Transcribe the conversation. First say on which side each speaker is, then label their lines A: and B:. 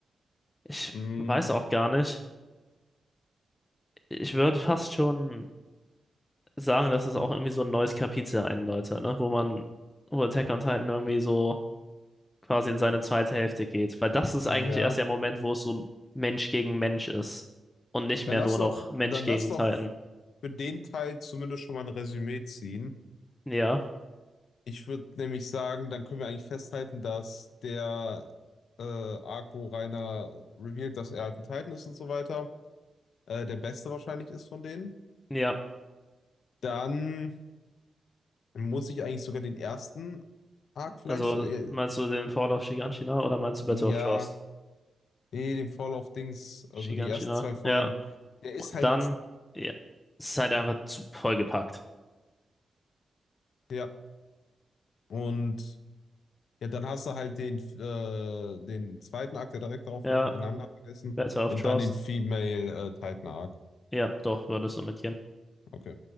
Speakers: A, on the left; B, on the left.
A: Ich
B: mh,
A: weiß auch gar nicht. Ich würde fast schon sagen, dass es auch irgendwie so ein neues Kapitel einläutet, ne? Wo man, wo Attack on Titan irgendwie so quasi in seine zweite Hälfte geht. Weil das ist
B: Ja.
A: eigentlich erst der Moment, wo es so Mensch gegen Mensch ist. Und nicht
B: Dann
A: mehr
B: lass
A: nur
B: doch,
A: noch Mensch
B: dann lass
A: gegen
B: doch
A: Titan.
B: für den Teil zumindest schon mal ein Resümee ziehen.
A: Ja,
B: Ich würde nämlich sagen, dann können wir eigentlich festhalten, dass der äh, Arc, wo Reiner revealed, dass er halt ein Titan ist und so weiter, äh, der beste wahrscheinlich ist von denen.
A: ja.
B: Dann muss ich eigentlich sogar den ersten Arc vielleicht
A: Also
B: so, äh,
A: meinst du den Fall of Shiganshina oder meinst du Battle
B: ja,
A: of Trost?
B: nee, den Fall of Dings, also
A: Shiganshina.
B: die ersten zwei Folgen,
A: Ja,
B: der
A: und
B: ist halt,
A: dann, ja, es ist halt einfach zu vollgepackt.
B: ja, und Ja, dann hast du halt den, äh, den zweiten Arc, der direkt darauf
A: Ja,
B: folgt, ich habe den Namen gerade vergessen,
A: Battle of
B: und
A: Trost.
B: dann den Female, äh, Titan Arc.
A: Ja, doch, war das so mit Yen.
B: Okay.